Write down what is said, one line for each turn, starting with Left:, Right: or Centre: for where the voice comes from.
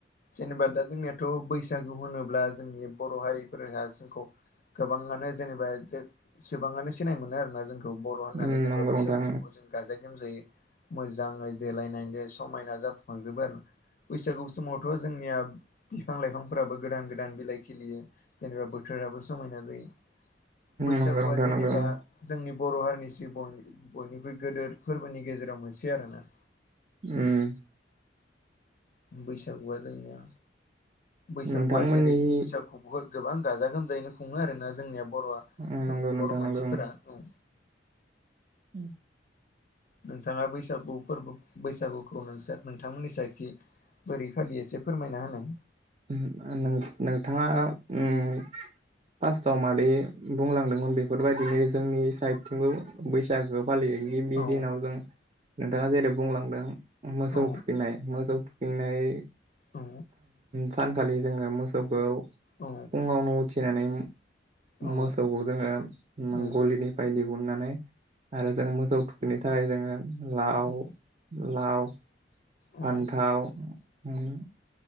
Left: जेनेबा दा जोंनिथ' बैसा सागु होनोब्ला जोंनि बर' हारिफोरहा जोंखौ गोबाङानो जेनेबा सिबाङानो सिनाय मोनो आरोना जों खौ बर' होननानै
Right: उम
Left: जेनेबा
Right: नंगौ
Left: बैसागु
Right: नोंथां
Left: समाव जों गाजा गोमजाङै मोजाङै देलायनायजों समायना जाफुंखांजोबो आरो। बैसागु समावथ' जोंनिया बिफां लाइफांफोराबो गोदान- गोदान बिलाइ खिलियो जेनेबा बोथोर फोराबो समायना जायो बैसागुआ
Right: नंगौ नोंथां
Left: जेनेबा
Right: नंगौ उम
Left: जोंनि बर' हारिनिसि बयनिख्रुइ गदेर फोरबोनि गेजेराव मोनसे आरोना।
Right: उम।
Left: बैसागुआ जोंनिया बैसागुआ
Right: नोंथांमोननि
Left: जेरै जों बैसागु बहुद गोबां गाजा -गोमजायैनो खुङो आरोना जोंनिया बर'आ
Right: उम नंगौ
Left: जों
Right: नोंथां
Left: बर'
Right: नंगौ
Left: मानसिफोरा औ।
Right: उम।
Left: नोंथाङा बैसागु फोरबो बैसागुखौ नोंसोर नोंथांमोननि साय बोरैखाालि एसे फोरमायना होनो।
Right: नों-नोंथाङा उम फार्स्टआव मादै बुंलांदोंमोन बेफोरबायदिनो जोंनि साइडथिंबो बैसागो फालियो गिबि
Left: औ
Right: दिनाव जों नोंथाङा जेरै बुंलांदों मोसौ
Left: औ
Right: थुखैनाय मोसौ थुखैनाय
Left: औ
Right: सानखालि जोङो मोसौखौ
Left: औ
Right: फुङावनो उथिनानै
Left: औ
Right: मोसौखौ जोङो
Left: औ
Right: गलिनिफ्राय दिहु दिहुननानै आरो जों मोजौ थुखैनो थाखाय जोङो लाव
Left: औ
Right: लाव, फान्थाव
Left: औ
Right: अम